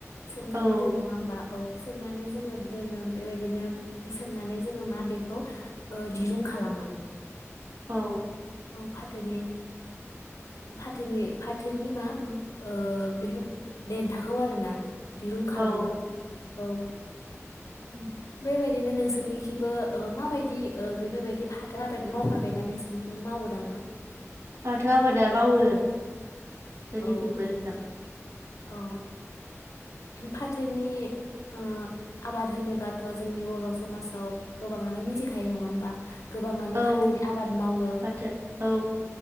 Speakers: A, on the left; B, on the right.
A: सोमनानै
B: औ
A: दोन नङा होमबा औ सोमनानै जोङो दोनो बेबायदिनो सोमनानै जोङो मा बेखौ ओ दिरुं खालामो
B: औ
A: औ फाथोनि फाथोनि फाथोनि मा मा ओ बेफोर देन्थाखौ आरोना दिरुं खालामो
B: औ
A: औ उम बेबायदिनो नोंसोरनिखिबो ओ माबायदि ओ बेफोरबायदि फाथो आबाद मावफेरबायना नोंसोरनिखिबो मावयोदां ना
B: फाथो आबादा मावावो जोंनिखैबो
A: औ
B: नोंथां
A: औ फाथोनि ओ आबाद होनोबाथ जोंनि बर समाजाव गोबाङानो मिथिखायो नङा होमबा गोबाङानो
B: औ
A: फाथोनि आबाद मावो
B: फाथो औ